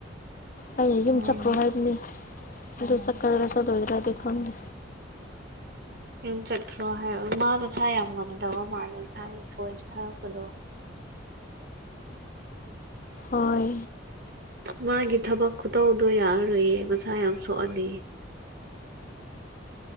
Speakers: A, on the left; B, on the right.
A: ꯑꯩꯩꯅ ꯌꯨꯝ
B: ꯎꯝ
A: ꯆꯠꯈ꯭ꯔꯣ ꯍꯥꯏꯕꯅꯦ ꯗ ꯆꯥ ꯀꯗꯔꯁꯗ ꯏꯗꯔꯥꯗꯤ ꯈꯣꯟꯗ
B: ꯌꯨꯝ ꯆꯠꯈ꯭ꯔꯣ ꯍꯥꯏꯕ ꯃꯥꯅ ꯊꯥꯏ ꯌꯥꯝ ꯉꯝꯗꯕ ꯃꯥꯁ ꯊꯥꯏ ꯚꯣꯏꯁ ꯊꯥꯔꯛꯄꯗꯣ
A: ꯑꯣꯏ
B: ꯃꯥꯒꯤ ꯊꯕꯛ ꯈꯨꯇꯧꯗꯣ ꯌꯥꯔꯔꯣꯏꯌꯦ ꯃꯁꯥ ꯌꯥꯝ ꯁꯣꯛꯑꯅꯤ